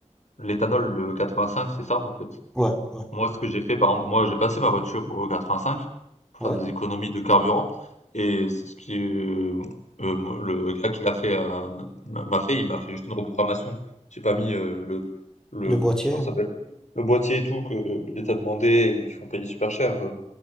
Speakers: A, on the left; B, in the centre.
A: l'éthanol, le 85, c'est ça, en fait.
B: ouais, ouais,
A: Moi, ce que j'ai fait, par exemple, moi, j'ai passé ma voiture au 85 pour
B: ouais.
A: faire des économies de carburant. Et c'est ce qui, euh, euh, le gars qui l'a fait euh, m'a m'a fait, il m'a fait juste une reprogrammation. J'ai pas mis euh, le le
B: Le boîtier,
A: comment ça s'appelle le boîtier et tout que l'État demandait et qui font payer super cher. euh.